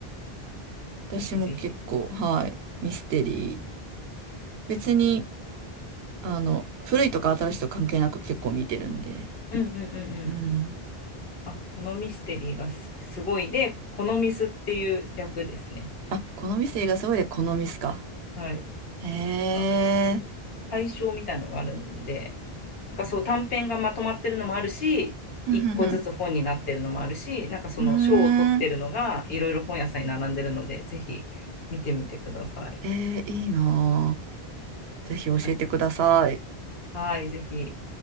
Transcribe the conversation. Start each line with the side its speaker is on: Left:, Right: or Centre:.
Right: 私も結構、
Left: ぜひぜひ。
Right: はい、ミステリー。別に、あの、古いとか新しいとか関係なく結構見てるんで。
Left: うんうんうんうん。
Right: うん。
Left: あ、このミステリーがす、すごいで、このミスっていう略ですね。
Right: あ、好み性がすごいで好みミすか。
Left: はい。
Right: へえ。
Left: なんかそういう対象みたいなのがあるので、なんかそう短編がまとまってるのもあるし、
Right: ふんふんふん。
Left: 一個ずつ本になってるのもあるし、なんかその賞を取ってるのがいろいろ本屋さんに並んでるので、
Right: うーん。
Left: ぜひ見てみてください。
Right: えー、いいなぁ。ぜひ教えてください。
Left: はい、はいぜひ。